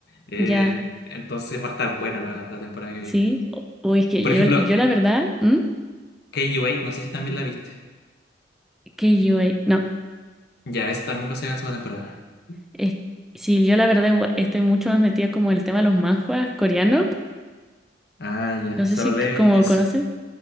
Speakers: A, on the left; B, in the centre.
A: eh,
B: ya,
A: entonces va a estar buena la la temporada que viene.
B: sí. O- Uy, es que
A: Por
B: yo,
A: ejemplo,
B: yo la verdad, ¿m?
A: KU8, no sé si también la viste.
B: que yo, no.
A: Ya, esa también va a ser la segunda temporada.
B: Es, sí, yo la verdad igual estoy mucho más metida como en el tema de los manhwas coreanos.
A: Ah, ya,
B: No sé
A: Solo
B: si
A: Leveling
B: c- como
A: y eso.
B: conocen.